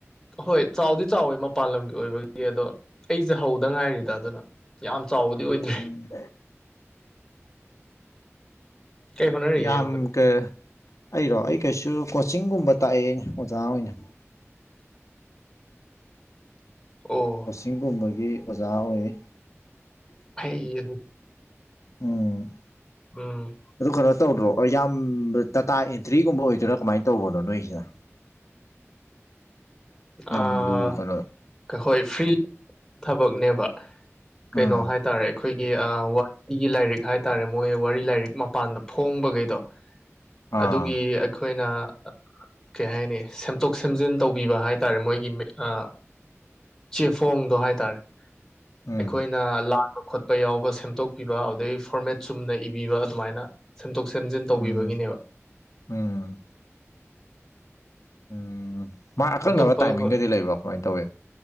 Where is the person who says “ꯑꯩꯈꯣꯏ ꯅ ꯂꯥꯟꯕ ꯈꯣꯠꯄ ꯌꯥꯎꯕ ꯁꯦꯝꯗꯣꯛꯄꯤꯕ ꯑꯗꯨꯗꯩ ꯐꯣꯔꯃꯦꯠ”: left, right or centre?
Centre